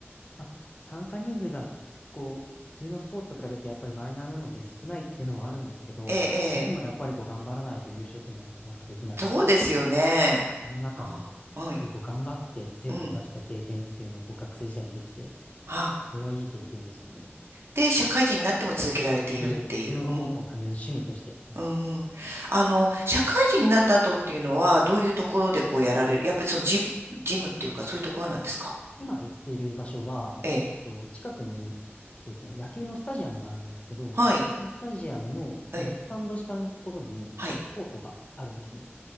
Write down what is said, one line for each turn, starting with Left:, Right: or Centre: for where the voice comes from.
Left: まあ、参加人数が、こう、普通のスポーツと比べてやっぱりマイナーなので少ないっていうのはあるんですけど、
Right: ええ、ええ、
Left: でもやっぱりこう頑張らないと優勝っていうのはなかなかできなくて、
Right: そうですよね。
Left: その中でしっかりこう頑張って成果を出した経験っていうのをこう学生時代にできて、
Right: ああ、はい。うん。あ、
Left: それはいい経験でしたね。
Right: で、社会人になっても続けられているっていう。
Left: ので、その後ももう完全に趣味としてずっと続けてます。
Right: うん。うん。あの、社会人になった後っていうのは、どういうところでこうやられるやっぱりそのジム、ジムっていうか、そういうところなんですか
Left: 今行っている場所は、
Right: ええ。
Left: えっと近くに、えっとですね、野球のスタジアムがあるんですけど、
Right: はい。
Left: そのスタジアムの、
Right: ええ。
Left: あのスタンド下のところにコートがあるんですね。
Right: はい。